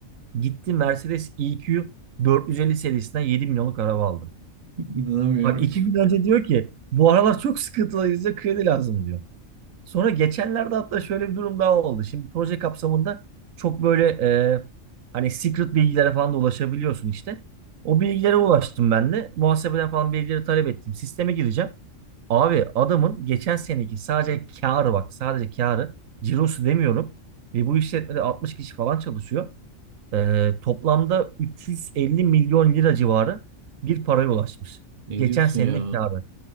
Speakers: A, on the right (about 75°); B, on the right (about 40°).
A: Gitti Mercedes EQ 450 serisinden 7 milyonluk araba aldı.
B: İnanamıyorum.
A: Bak iki gün önce diyor ki bu aralar çok sıkıntılıyız da kredi lazım diyor. Sonra geçenlerde hatta şöyle bir durum daha oldu. Şimdi proje kapsamında çok böyle e, hani secret bilgilere falan da ulaşabiliyorsun işte. O bilgilere ulaştım ben de. Muhasebeden falan bilgileri talep ettim. Sisteme gireceğim. Abi adamın geçen seneki sadece kârı bak sadece kârı cirosu demiyorum. Ve bu işletmede 60 kişi falan çalışıyor. Ee, toplamda 350 milyon lira civarı bir paraya ulaşmış.
B: Ne
A: Geçen
B: diyorsun
A: senenin
B: ya?
A: kârı.